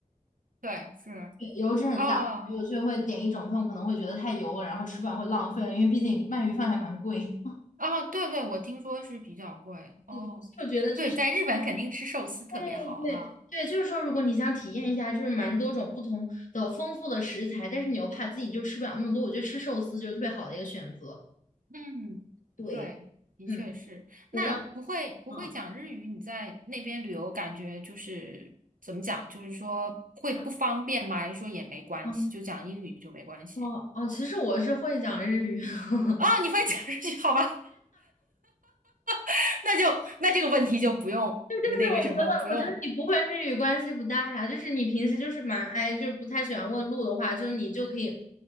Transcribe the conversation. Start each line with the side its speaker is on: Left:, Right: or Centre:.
Right: 对是
Left: 对，油脂很大，
Right: 哦
Left: 我就会点一整份，我可能会觉得太油了，然后吃不完会浪费了，因为毕竟鳗鱼饭还蛮贵。
Right: 哦对对，我听说是比较贵哦，
Left: <laughs> 我觉得这是。
Right: 对，在日本肯定吃寿司特别好哈。
Left: 对对对，就是说，如果你想体验一下，就是蛮多种不同的丰富的食材，但是你又怕自己就吃不了那么多，我觉得吃寿司就是特别好的一个选择。
Right: 嗯，
Left: 对，
Right: 对，的确是。
Left: 嗯，我当，
Right: 那不会不会讲日语，
Left: 嗯
Right: 你在那边旅游，感觉就是怎么讲？就是说会不方便吗？
Left: 嗯，
Right: 还是说也没关系，
Left: 嗯，
Right: 就讲英语就没关系？
Left: 哦哦，其实我是会讲日语。<laughs>
Right: 哦，你会讲日语，<laughs> 好吧？<laughs> 那就那这个问题就不用那个什么，
Left: 这就是我觉得，
Right: 不用。
Left: 我觉得你不会日语关系不大呀。就是你平时就是蛮爱，就是不太喜欢问路的话，就是你就可以，